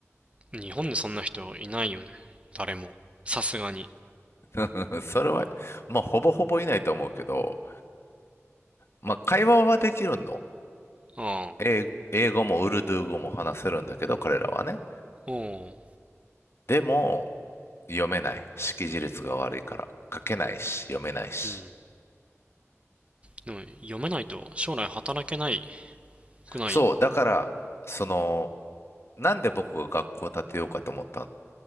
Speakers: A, on the right; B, on the left.
A: 日本でそんな人いないよね。誰も。さすがに。
B: <laughs> それは、まあ、ほぼほぼいないと思うけど、まあ、会話はできるの。
A: ああ、
B: 英、英語もウルドゥー語も話せるんだけど、彼らはね。
A: おお、
B: でも、読めない。識字率が悪いから。書けないし、読めないし。
A: うん。でも、読めないと将来働けないくない。
B: そう、だから、その、なんで僕が学校を建てようかと思ったっ